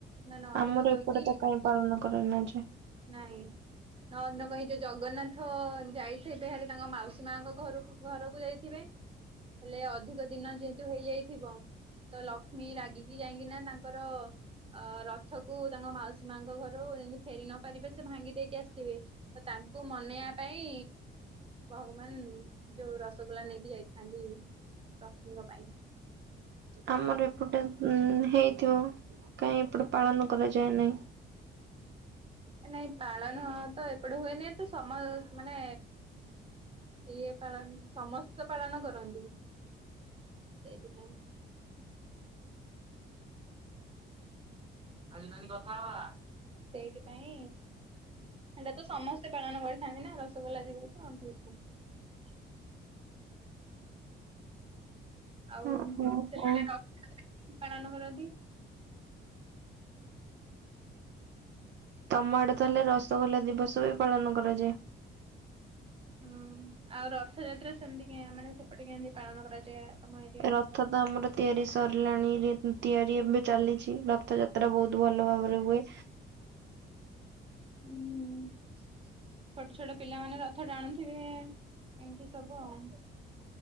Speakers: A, on the right; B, on the right.
A: ନା ନଅ
B: ଆମର
A: ଦିନ କହିକି
B: ଏପଟେ ତ କାଇଁ ପାଳନ କରା ନଯାଏ ।
A: ନାଇଁ। ନ ଦିନ କହି ଯୋଉଁ ଜଗନ୍ନାଥ ଯାଇଥିବେ ଭାରି ତାଙ୍କ ମାଉସୀ ମାଙ୍କ ଘରୁ ଘରକୁ ଯାଇଥିବେ। ହେଲେ ଅଧିକ ଦିନ ଯେହେତୁ ହେଇଯାଇଥିବ ତ ଲକ୍ଷ୍ମୀ ରାଗିକି ଯାଇକିନା ତାଙ୍କର ଅ ରଥକୁ ତାଙ୍କ ମାଉସୀ ମାଙ୍କ ଘରୁ ଯେମିତି ଫେରି ନ ପାରିବେ ସେ ଭାଙ୍ଗି ଦେଇକି ଆସିଥିବେ, ତ ତାଙ୍କୁ ମନେଇବା ପାଇଁ ଭଗବାନ ଯୋଉଁ ରସଗୋଲା ନେଇକି ଯାଇଥାନ୍ତି ଲକ୍ଷ୍ମୀଙ୍କ ପାଇଁ।
B: ଆମର ଏପଟେ ଉ ହେଇଥିବ। କାଇଁ ଏପଟେ ପାଳନ କରାଯାଏ ନାହିଁ।
A: ନାଇଁ ପାଳନ ତ ଏପଟେ ହୁଏନି, ତ ସମ ମାନେ ଇଏ ପାଳନ୍ତି, ସମସ୍ତେ ତ ପାଳନ କରନ୍ତି। ସେଇଥିପାଇଁ ଆଜି ନାନୀ କଥା ହବା। ସେଇଥିପାଇଁ ହେଟା ତ ସମସ୍ତେ ପାଳନ କରିଥାନ୍ତି ନା ରସଗୋଲା ଦିବସ, ସେଇଥିପାଇଁ <inaudible> ଆଉ
B: ଓହୋ
A: ସେପଟେ ରଥ <inaudible> ପାଳନ କରନ୍ତି?
B: ତମ ଆଡେ ତାହେଲେ ରସଗୋଲା ଦିବସ ବି ପାଳନ କରାଯାଏ।
A: ହୁଁ, ଆଉ ରଥଯାତ୍ରା ସେମିତି କେ ମାନେ ସେପଟେ କେମିତି ପାଳନ କରାଯାଏ? ତମ ଏରିଆରେ?
B: ରଥ ତ ଆମର ତିଆରି ସରିଲାଣି ରିପ୍ ତିଆରି ଏବେ ଚାଲିଛି। ରଥ ଯାତ୍ରା ବହୁତ ଭଲ ଭାବରେ ହୁଏ।
A: ହୁଁ। ଛୋଟ ଛୋଟ ପିଲାମାନେ ରଥ ଟାଣୁଥିବେ ଏ ଏ ଏମିତି ସବୁ ଆଉ।